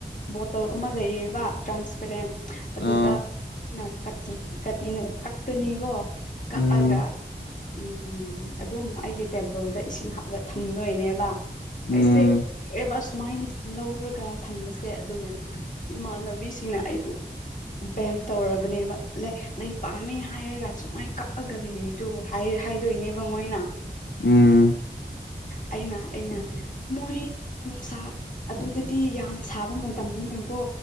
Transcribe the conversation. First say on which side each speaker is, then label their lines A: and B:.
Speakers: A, on the left (about 45°); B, on the left (about 80°).
A: ꯕꯣꯇꯜ ꯑꯃ ꯂꯩꯌꯦꯕ ꯇ꯭ꯔꯥꯟꯁꯄꯦꯔꯦꯟ ꯑꯗꯨꯗ
B: ꯑ
A: ꯀ ꯀꯥꯇꯤꯅ ꯀꯛꯀꯅꯤꯀꯣ ꯀꯛꯑꯒ
B: ꯎꯝ
A: ꯎꯝ ꯑꯗꯨꯝ ꯑꯩꯒꯤ ꯇꯦꯝꯄꯜꯗ ꯏꯁꯤꯡ ꯍꯥꯞꯂꯒ ꯊꯝꯗꯣꯏꯅꯦꯕ
B: ꯎꯝ
A: ꯑꯩꯁꯦ ꯑꯦ ꯁꯨꯃꯥꯏꯅ ꯂꯧꯔꯒ ꯊꯝꯕꯁꯦ ꯑꯗꯨ ꯏꯃꯥꯟꯅꯕꯤꯁꯤꯡꯅ ꯑꯩꯕꯨ ꯕꯦꯟ ꯇꯧꯔꯕꯅꯦ ꯂꯩ ꯂꯩ ꯄꯥꯝꯃꯦ ꯍꯥꯏꯔꯒ ꯁꯨꯃꯥꯏꯅ ꯀꯛꯑꯒ ꯂꯩꯔꯤꯗꯣ ꯍꯥꯏ ꯍꯥꯏꯗꯣꯏꯅꯦꯕ ꯃꯣꯏꯅ
B: ꯎꯝ
A: ꯑꯩꯅ ꯑꯩꯅ ꯃꯣꯏ ꯅꯨꯡꯁꯥ ꯑꯗꯨꯗꯥꯗꯤ ꯌꯥꯝ ꯁꯥꯕ ꯃꯇꯝꯅꯤꯅꯀꯣ